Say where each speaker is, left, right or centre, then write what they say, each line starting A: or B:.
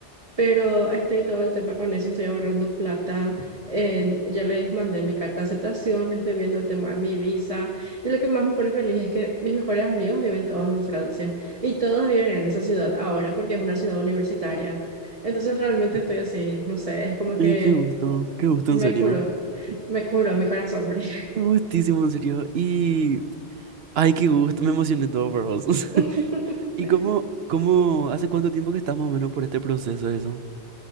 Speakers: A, on the right; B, on the right.
A: pero estoy todo el tema con eso, estoy ahorrando plata, en- ya les mandé mi carta de aceptación, estoy viendo el tema de mi visa y lo que más me pone feliz es que mis mejores amigos viven todos en Francia y todos viven en esa ciudad ahora porque es una ciudad universitaria. Entonces realmente estoy así, no sé, es como que
B: Ay, qué gusto, qué gusto
A: me
B: en serio.
A: curo, me curo mi corazón por ahí.
B: Qué gustísimo en serio. Y ay, qué gusto, me emocioné todo por vos. <laughs>
A: <laughs>
B: ¿Y cómo, cómo, hace cuánto tiempo que estás más o menos por este proceso eso?